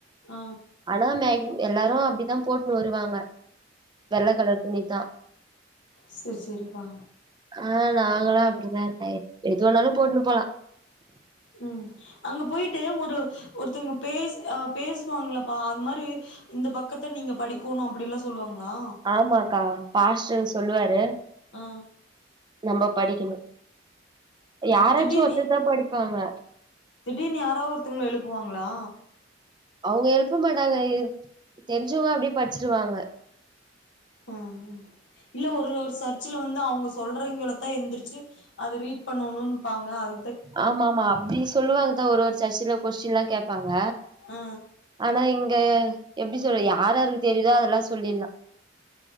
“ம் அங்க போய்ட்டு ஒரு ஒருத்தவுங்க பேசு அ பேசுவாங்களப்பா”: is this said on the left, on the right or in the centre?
Left